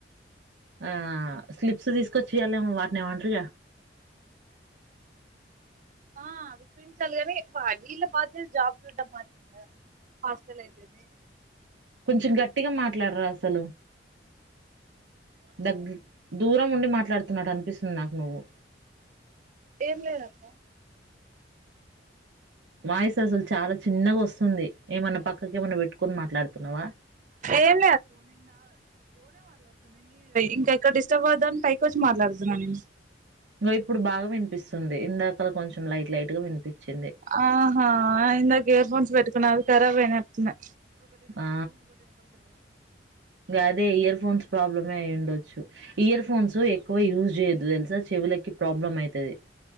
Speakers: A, on the right; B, on the right.
A: ఆ స్లిప్స్ తీసుకోచి ఎవలేమో వాటిని ఆర్డర్ గా
B: ఆ అది చూపించాలి కానీ వీళ్ళ బాధ్యతలు జాబ్ చూడ్డం మాత్రే కదా హాస్టల్ అయితేంది
A: కొంచెం గట్టిగా మాట్లాడరు అసలు దగ్ దూరం ఉండి మాట్లాడుతున్నాట్ అనిపిస్తుంది నాకు నువ్వు
B: ఏం లేదప్పా
A: వాయస్ అసలు చాలా చిన్నగా వస్తుంది ఏమన్నా పక్కక ఏమన్నా పెట్టుకొని మాట్లాడుతున్నావా
B: ఏం ఇంకా ఎక్కడ డిస్టర్బ్ అవుద్దాని పైకి వచ్చి మాట్లాడుతున్నా నేను
A: ఇం ఇప్పుడు బాగా వినిపిస్తుంది ఇందాక కొంచెం లైట్ లైట్ గా వినిపించింది
B: ఆ హా ఎందుకు ఎయిర్ ఫోన్స్ పెట్ నావి కరాబ్ అయినట్టునై
A: ఆ గదే ఇయర్ ఫోన్స్ ప్రాబ్లమ అయ్యి ఉండొచ్చు. ఇయర్ ఫోన్స్ ఎక్కువ యూజ్ చెయొదు తెల్సా చెవులకి ప్రాబ్లం అయితది.